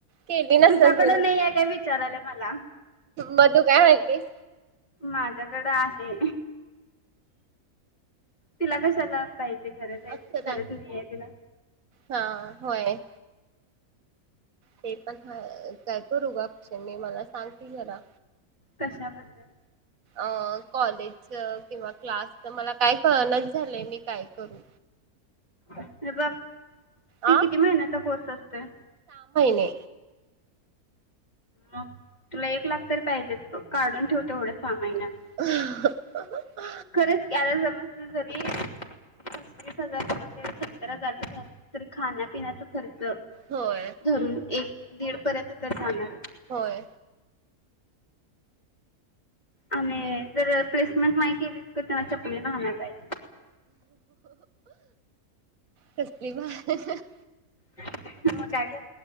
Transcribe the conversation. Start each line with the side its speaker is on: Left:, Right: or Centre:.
Right: केली नसल
Left: तुझ्याकड
Right: तिने
Left: नाहीये काय वि चारालय मला
Right: म तू काय हारलीस?
Left: माझ्याकड आहे. तिला कशाला? पाहिजे गरज आहे
Right: अक्षता
Left: गरज नहीये तिला
Right: हा होय. ते पण ह काय करु ग अक्षे मी, मला सांग की जरा
Left: कशाबद्दल?
Right: अ कॉलेजच किंवा क्लासच मला काय कळणाच झालय मी काय करू?
Left: हे बघ ते
Right: आ
Left: किती महिन्याचा कोर्स असतोय?
Right: हे
Left: मग तुला एक लाख तर पाहिजेच, काढून ठेव तेवढं सहा महिन्या
Right: अहं <unintelligible>
Left: खरंच कि आता समज तु जरी पस्तीस हजार किंवा जे सत्तर हजारच भरलीस तरी खाण्यापिण्याचा खर्च
Right: होय
Left: धरून एक दीड पर्यंत तर जाणार
Right: होय
Left: आणि जर प्लेसमेंट नाही केली, तर त्याला चपलीन हानाय पाहिजे
Right: कसली बा <unintelligible>
Left: मग काय तर,